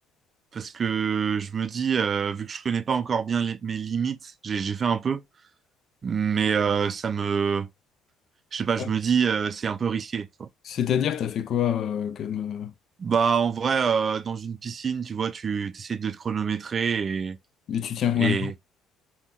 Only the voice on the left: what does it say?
Ouais.
C'est-à-dire, t'as fait quoi euh, comme. euh,
Mais tu tiens combien
de temps?